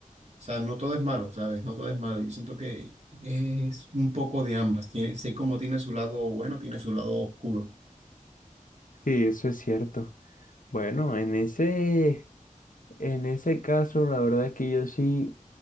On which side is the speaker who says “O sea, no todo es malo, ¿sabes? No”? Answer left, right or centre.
Right